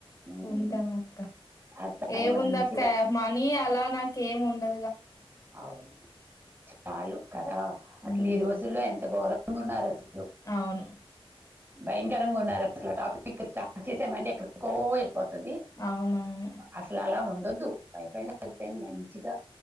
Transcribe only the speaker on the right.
ఉమ్,
అట్లానే
మంచిగా
అవును చాలు కదా అస్లు
ఈ రోజుల్లో ఎంత ఘోరంగా ఉన్నారు అస్లు
భయంకరంగా ఉన్నారు అస్లు టాపిక్ స్టార్ట్ చేసామంటే ఎక్కడికో వెళ్ళిపో తది
అస్లు అలా ఉండొద్దు వైఫ్ అండ్ హస్బెండ్ మంచిగా